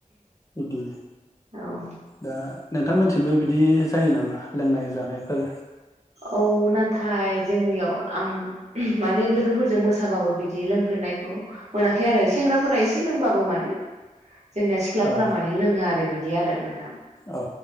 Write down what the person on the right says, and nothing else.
औ
औ नाथाय जोंनियाव आं माने लोगोफोरजों मोसाबाबो बिदि लोंफेरनायखौ मोनाखै आरो सेंग्रा फोर एसे लोंबाबो माने जोंनिया सिख्लाफोरा
माने लोङो आरो बिदि। बिदि आरो नोंथां